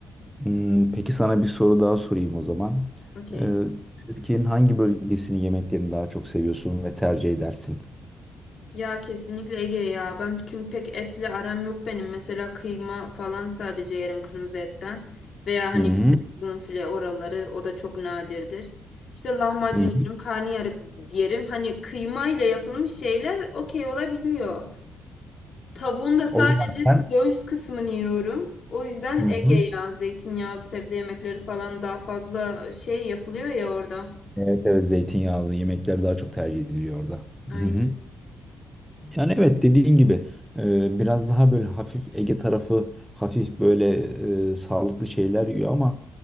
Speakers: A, in the centre; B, on the left.
A: Hmm, peki sana bir soru daha sorayım o zaman.
B: Okey.
A: Ee, Türkiye'nin hangi bölgesinin yemeklerini daha çok seviyorsun ve tercih edersin?
B: Ya kesinlikle Ege ya. Ben çünkü pek etle aram yok benim. Mesela kıyma falan sadece yerim kırmızı etten. Veya hani
A: Hı hı.
B: bonfile oraları o da çok nadirdir. İşte lahmacun
A: Hı
B: yerim,
A: hı.
B: karnıyarık yerim. Hani kıyma ile yapılmış şeyler okey olabiliyor. Tavuğun da sadece
A: O zaman sen.
B: göğüs kısmını yiyorum. O yüzden
A: Hı hı.
B: Ege ya. Zeytinyağlı sebze yemekleri falan daha fazla şey yapılıyor ya orada.
A: Evet evet zeytinyağlı yemekler daha çok tercih ediliyor orada.
B: Aynen.
A: Hı hı. Yani evet dediğin gibi e, biraz daha böyle hafif Ege tarafı hafif böyle e, sağlıklı şeyler yiyor ama